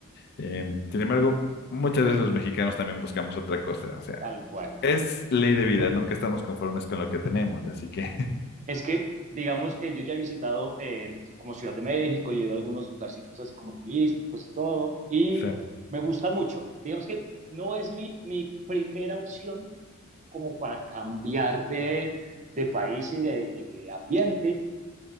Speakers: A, on the left; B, on the right.
A: Em, sin embargo, muchas veces los mexicanos también buscamos otra cosa, o sea,
B: tal cual.
A: Es ley de vida, nunca estamos conformes con lo que tenemos, así que,
B: Es que, digamos que yo ya he visitado eh, como Ciudad de México, y he ido a algunos lugarcitos así como turísticos y todo, y
A: <laughs> claro,
B: me gusta mucho. Digamos que no es mi, mi primera opción como para cambiar de, de país y de, y de ambiente,